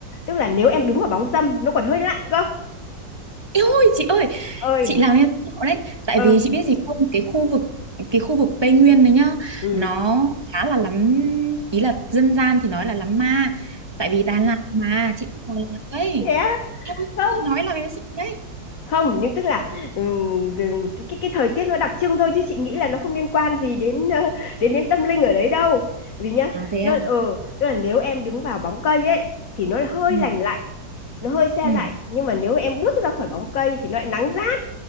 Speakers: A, on the left (about 55°); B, on the right (about 25°).
A: tức là nếu em đứng vào bóng râm nó còn hơi lạnh cơ
B: Ê ôi chị ơi,
A: ơi
B: chị làm em sợ đấy tại
A: ờ
B: vì chị biết gì không cái khu vực cái khu vực Tây Nguyên đấy nhá
A: ừ
B: nó khá là lắm ý là dân gian thì nói là lắm ma tại vì Đà Lạt mà chị cũng Đà Lạt đấy
A: thế á
B: em
A: không
B: chị nói là em sợ đấy
A: không nhưng tức là ừm, cái cái cái thời tiết nó đặc trưng thôi chứ chị nghĩ là nó không liên quan gì đến ờ, đến đến tâm linh ở đấy đâu vì nhá
B: à thế
A: nó
B: à
A: ờ tức là nếu em đứng vào bóng cây ấy thì nó hơi
B: ừ
A: lành lạnh nó hơi se
B: ừ
A: lạnh nhưng mà nếu em bước ra khỏi bóng cây thì nó lại nắng rát